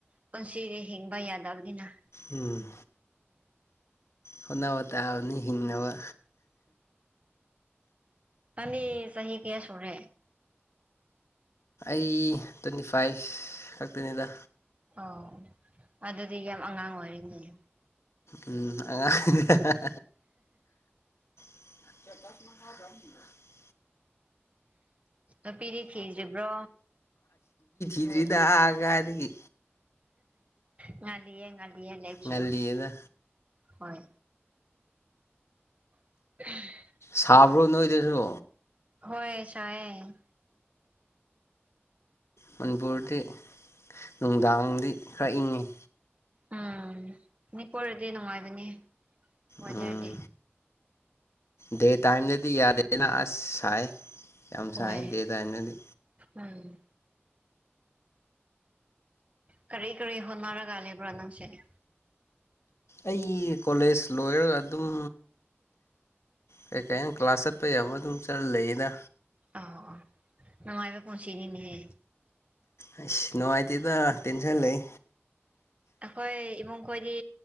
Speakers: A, on the right; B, on the left.
A: ꯄꯨꯟꯁꯤꯗꯤ ꯍꯤꯡꯕ ꯌꯥꯗꯕꯅꯤꯅ
B: ꯎꯝ ꯍꯣꯠꯅꯕ ꯇꯥꯕꯅꯤ ꯍꯤꯡꯅꯕ
A: ꯑꯗꯤ ꯆꯍꯤꯍꯤ ꯀꯌꯥ ꯁꯔꯦ
B: ꯇ꯭ꯋꯦꯟꯇꯤ ꯇ꯭ꯋꯦꯟꯇꯤ ꯐꯥꯏꯚ ꯈꯛꯇꯅꯤꯗ
A: ꯑꯣ ꯑꯗꯨꯗꯤ ꯌꯥꯝ ꯑꯉꯥꯡ ꯑꯣꯏꯔꯤꯅꯤꯅꯦ
B: ꯎꯝ ꯑ <inaudible>
A: ꯑꯄꯤꯤꯗꯤ ꯊꯤꯗ꯭ꯔꯤꯕ꯭ꯔꯣ
B: ꯤꯗꯨꯗꯑꯒꯗꯒꯤ
A: ꯉꯜꯂꯤꯌꯦ ꯉꯜꯂꯤꯌꯦ ꯂꯦꯈꯤꯌꯣ
B: ꯉꯜꯂꯤꯌꯦꯗ
A: ꯍꯣꯏ <inaudible>
B: ꯁꯥꯕ꯭ꯔꯣ ꯅꯣꯏꯗꯁꯨ
A: ꯍꯣꯏ ꯁꯥꯌꯦ
B: ꯃꯅꯤꯄꯨꯔꯗꯤ ꯅꯨꯡꯗꯥꯡꯗꯤ ꯈꯔ ꯏꯪꯉꯤ
A: ꯎꯝ ꯃꯤꯄꯔꯗꯤ ꯅꯨꯡꯉꯥꯏꯕꯅꯤ ꯋꯦꯗꯔꯗꯤ
B: ꯎꯝ ꯗꯦ ꯇꯥꯏꯝꯗꯗꯤ ꯌꯥꯗꯦꯅ ꯑꯁ ꯁꯥꯏ ꯌꯥꯝ
A: ꯍꯣꯏ
B: ꯁꯥꯏ ꯗꯦ ꯇꯥꯏꯝꯗꯗꯤ
A: ꯎꯝ ꯀꯔꯤ ꯀꯔꯤ ꯍꯣꯟꯅꯔꯒꯂꯦꯕ꯭ꯔꯣ ꯅꯝꯁꯤꯅꯤ
B: ꯑꯩ ꯀꯣꯂꯦꯖ ꯂꯣꯏꯔꯒ ꯑꯗꯨꯝ ꯀꯩꯀ ꯀ꯭ꯂꯥꯁ ꯆꯠ ꯄ ꯌꯥ ꯑꯃ ꯑꯗꯨꯝ ꯆꯠꯂ ꯂꯩꯗ
A: ꯑ ꯑ ꯅꯉꯥꯏꯕ ꯄꯣꯁꯤꯤꯅꯤꯅꯤꯍꯦ
B: ꯑ ꯅꯨꯡꯉꯥꯏꯇꯦꯗ ꯇꯦꯟꯁꯟ ꯂꯩ
A: ꯑꯩꯈꯣꯏ ꯏꯃꯨꯡ ꯈꯣꯏꯗꯤ